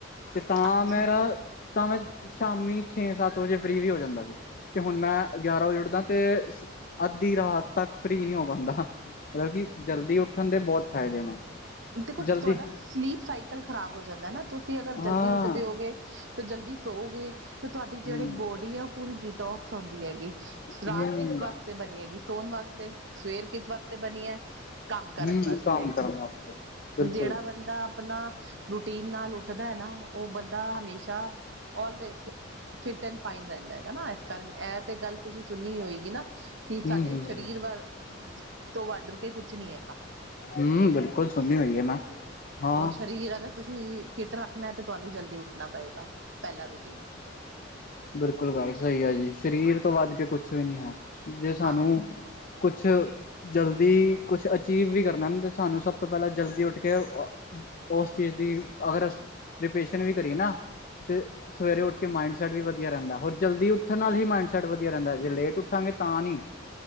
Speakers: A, on the left; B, on the right.
A: ਤੇ ਤਾਂ
B: ਅੱਛਾ
A: ਮੇਰਾ ਤਾਂ ਮੈਂ ਸ਼ਾਮੀ ਛੇ ਸੱਤ ਤ ਵਜੇ ਫ੍ਰਰੀ ਵੀ ਹੋ ਜਾਂਦਾ ਸੀ ਅਤੇ ਹੁਨ ਮੈਂ ਗਿਆਰਾਂ ਵਜੇ ਉੱਠਦਾ ਤੇ ਅੱਧੀ ਰਾਤ ਤੱਕ ਫ੍ਰਰੀ ਨੀ ਹੋ ਪਾਂਦਾ, ਮਤਲਬ ਕੀ ਜਲਦੀ ਉੱਠਣ ਦੇ ਬੋਤ ਫ਼ਾਇਦੇ ਨੇ।
B: ਦੇਖੋ ਤੁਹਾਡਾ
A: ਜਲਦੀ
B: ਸਲੀਪ ਸਾਈਕਲ ਖ਼ਰਾਬ ਹੋ ਜਾਂਦਾ ਨਾ ਤੁਸੀਂ ਅਗਰ
A: ਹਾਂ।
B: ਜਲਦੀ ਉੱਠਦੇ ਹੋਗੇ ਤੇ ਜਲਦੀ ਸੋਔਗੇ। ਤੇ ਤੁਹਾਡੀ
A: ਹੂੰ
B: ਜੇੜੀ ਬੋਡੀ ਆ ਉ ਪੂਰੀ ਡੀਟੋਕਸ ਹੁੰਂਦੀ ਹੈਗੀ ਰਾਤ
A: ਹੂੰ
B: ਕਿਸ ਵਾਸਤੇ ਬਨੀ ਹੈਗੀ ਸੋਨ ਵਾਸ ਤੇ ਸਵੇਰ ਕਿ ਵਾਸਤੇ ਬਨੀ ਐ ਕੰਮ ਕਰਨ
A: ਹੂੰ
B: ਵਾਸਤੇ
A: ਕੰਮ ਕਰਨ ਵਾਸਤੇ ਬਿਲਕੁਲ
B: ਜੇੜਾ
A: ਜੀ
B: ਬੰਦਾ ਆਪਣਾ ਰੂਟੀਨ ਨਾਲ ਉੱਠਦਾ ਐ ਨਾ ਓੁਹ ਬੰਦਾ ਹਮੇਸ਼ਾ ਓਲਵੇਜ਼ ਫਿਟ ਐਂਡ ਫਾਈਨ ਰੈਂਦਾ ਹੈਨਾ <unintelligible> ਕਾਰਨ <unintelligible> ਤੁਸੀਂ ਸੁਣੀ ਹੋਏਗੀ ਨਾ ਕੀ
A: ਹੂੰ
B: ਸਾਡੇ
A: ਹੂੰ ਹੂੰ।
B: ਸਰੀਰ ਵਰ ਤੋਂ ਵੱਢ ਕੇ ਕੁੱਛ ਨੀ ਹੈਗਾ।
A: ਹੂੰ ਬਿਲਕੁੱਲ ਸੁਣੀ ਹੋਈ ਐ ਮੈਂ। ਹਾਂ
B: ਔਰ ਸਰੀਰ ਅਗਰ ਤੁਸੀਂ ਫਿੱਟ ਰੱਖਣਾ ਤਾਂ ਤੁਹਾਨੂੰ ਜਲਦੀ ਉੱਠਣਾ ਪਏਗਾ ਪੈਲਾ ਰੂਟੀਨ।
A: ਬਿਲਕੁੱਲ ਗੱਲ ਸਈ ਆ ਜੀ ਸਰੀਰ ਤੋਂ ਵੱਧ ਕੇ ਕੁੱਛ ਵੀ ਨੀ ਹੈ ਜੇ ਸਾਨੂੰ
B: ਹਾਂ
A: ਕੁੱਛ ਜਲਦੀ ਕੁੱਛ ਅਚੀਵ ਵੀ ਕਰਨਾ ਨਾ ਸਾਨੂੰ ਸਭ ਤੋਂ ਪਹਿਲਾਂ ਜਲਦੀ ਉੱਠ ਕੇ ਓ ਓਸ ਚੀਜ਼ ਦੀ ਅਗਰ ਅਸੀ ਪ੍ਰੀਪੇਰੇਸ਼ਨ ਵੀ ਕਰੀਏ ਨਾ ਤੇ ਸਵੇਰੇ ਉੱਠ ਕੇ ਮਾਈਂਡ ਮਾਇੰਡ ਸੈਟ ਵੀ ਵਧੀਆ ਰੈਂਦਾ ਹੋਰ ਜਲਦੀ ਉੱਠਣ ਨਾਲ ਹੀ ਮਾਈਡ ਸੈਟ ਵਧੀਆ ਰੈਂਦਾ ਜੇ ਲੇਟ ਉ ਠਾਂਗੇ ਤਾਂ ਨੀ